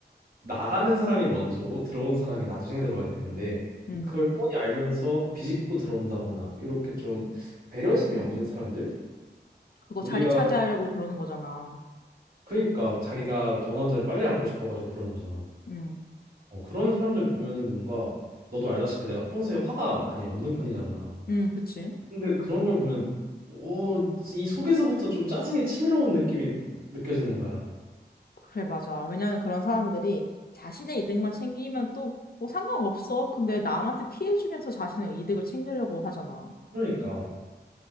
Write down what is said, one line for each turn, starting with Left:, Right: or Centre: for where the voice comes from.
Right: 나가는 사람이 먼저고 들어온 사람이 나중에 들어가야 되는데
Left: 음,
Right: 그걸 뻔히 알면서 비집고 들어온다거나 이렇게 좀 배려심이 없는 사람들?
Left: 그거
Right: 우리가
Left: 자리 차지하려고 그러는 거잖아.
Right: 그러니까 자기가 원하는 자리 빨리 앉고 싶어가지고 그런 거잖아.
Left: 음,
Right: 어, 그런 사람들 보면은 뭔가 너도 알다시피 내가 평소에 화가 많이 없는 편이잖아.
Left: 음, 그치.
Right: 근데 그런 걸 보면 어, 이 속에서부터 좀 짜증이 치밀어온 느낌이 느껴지는 거야.
Left: 그래, 맞아. 왜냐면 그런 사람들이 자신의 이득만 챙기면 또 뭐 상관없어. 근데 남한테 피해주면서 자신의 이득을 챙기려고 하잖아.
Right: 그러니까